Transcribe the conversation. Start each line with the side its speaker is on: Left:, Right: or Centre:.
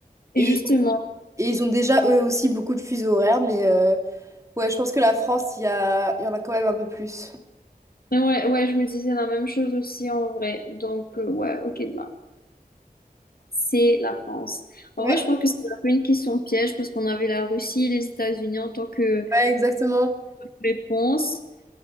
Left: et
Right: Et,
Left: justement.
Right: ils ont et ils ont déjà eux aussi beaucoup de fuseaux horaires, mais euh, ouais, je pense que la France, il y a, il y en a quand même un peu plus.
Left: Ouais, ouais, je me disais la même chose aussi en vrai. Donc, euh, ouais, ok, bah. c'est la France.
Right: Ouais,
Left: En vrai, je pense que c'est un peu une question piège parce qu'on avait la Russie et les États-Unis en tant que
Right: ouais, exactement.
Left: réponse